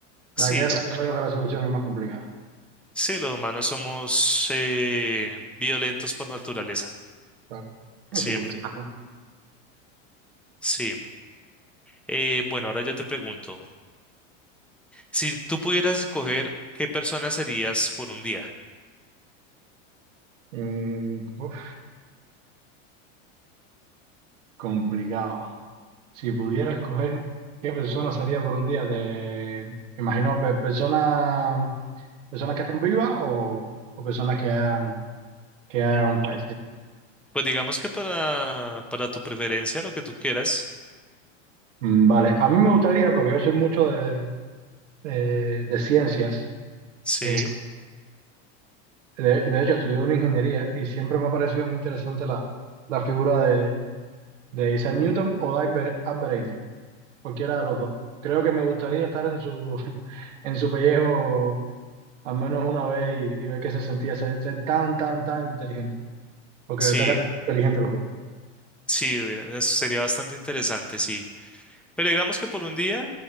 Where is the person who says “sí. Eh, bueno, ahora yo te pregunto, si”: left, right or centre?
Centre